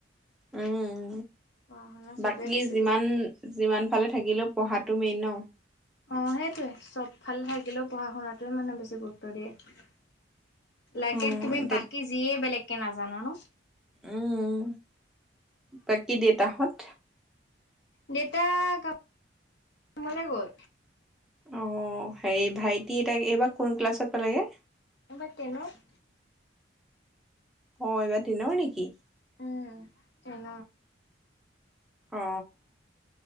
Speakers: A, in the centre; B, on the left.
A: উম
B: পঢ়া শুনা চবেই
A: বাকী
B: বেছি
A: যিমান
B: গুৰুত্ব
A: যিমান ফালে থাকিলেও পঢ়াত তুমি ন
B: অ সেইটোৱে চব ভাল থাকিলেও পঢ়া শুনাটোৱে মানে বেছি গুৰুত্ব দিয়ে। লাগে
A: উম
B: তুমি
A: এতিয়া
B: বাকী যিয়ে বেলেগকে নাজানা নো।
A: উম। বাকী দেউতাহঁত
B: দেউতা কামলে গ'ল
A: অ হেৰি ভাইটি এটা এইবাৰ কোন ক্লাছত পালেগে
B: এবাৰ টেনট
A: অ এইবাৰ দিনৰ নেকি? !
B: উম তেন
A: অ